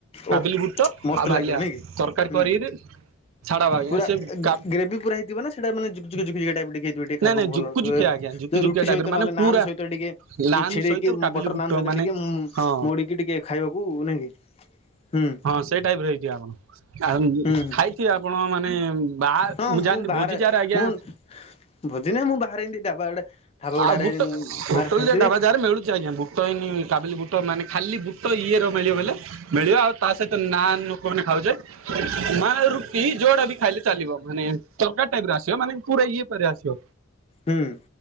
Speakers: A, on the left; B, on the right.
A: ଓଃ
B: କାବିଲି ବୁଟ ଆଉ
A: ମସ୍ତ ଲାଗିବ
B: ଭାଲିଆ
A: ନାଇଁ କି?
B: ତରକାରୀ
A: ହୁଁ
B: କରିକିରି ଛାଡ ଆଜ୍ଞା
A: ପୁରା
B: ସେ କା
A: ଗ୍ରେଭି ପୁରା ହେଇଥିବ ନା ସେଇଟା ମାନେ ଜୁକ୍-ଜୁକ୍-ଜୁକ୍ ଜୁକିଆ ଟାଇପ୍ ର ଟିକେ
B: ନାଇଁ
A: ଖାଇବାକୁ
B: ନାଇଁ ଝୁକୁ
A: ଭଲ।
B: ଝୁକିଆ ଆଜ୍ଞା ଝୁକି
A: ଯଦି
B: ଝୁକିଆ
A: ରୁଟି
B: ଟାଇପ
A: ସହିତ
B: ର
A: ଟିକେ
B: ମାନେ
A: ନହେଲେ
B: ପୁରା
A: ନାନ୍ ସହିତ ଟିକେ
B: ଲାନ୍
A: ଛିଡେଇକି
B: ସହିତ କାବିଲି
A: ବଟର୍
B: ବୁଟ
A: ନାନ୍ ସହିତ
B: ମାନେ
A: ଟିକେ
B: ହଁ
A: ମୋଡିକି ଟିକେ ଖାଇବାକୁ ନାଇଁ କି। ହୁଁ।
B: ହଁ ସେଇ ଟାଇପ୍ର <unintelligible>
A: ହୁଁ ହୁଁ
B: ଖାଇଥିବେ ଆପଣ ମାନେ ବା
A: ହଁ
B: ମୁଁ ଜାଣିନି
A: ବାହାରେ
B: ଭୋଜି ଯହାର ଆଜ୍ଞା
A: ମୁଁ ଭୋଜି ନାହିଁ ମୁଁ ବାହାରେ ଏମିତି ଢାବା ଗୁଡା ଢାବା ଗୁଡାରେ
B: ଆଉ ବୁଟ ହୋଟେଲ୍
A: ବାହାରେ ଖାଇଥିଲି
B: <unintelligible> ଢାବା <unintelligible> ମିଳୁଚି ଆଜ୍ଞା, ବୁ ବୁଟଇନି କାବିଲି ବୁଟ ମାନେ ଖାଲି ବୁଟ ଇଏର ମିଳିବ ଵେଇଲେ ମିଳିବ ଆଉ ତା ସହିତ ନାନ୍ ଲୋକମାନେ ଖାଉଚେ, ନାନ୍ ରୁଟି ଯୋଉଡା ବି ଖାଇଲେ ଚାଲିବ ମାନେ ତରକାରି ଟାଇପ୍ ର ଆସିବ ମାନେ ପୁରା ଇଏ <unintelligible> ଆସିବ।
A: ହୁଁ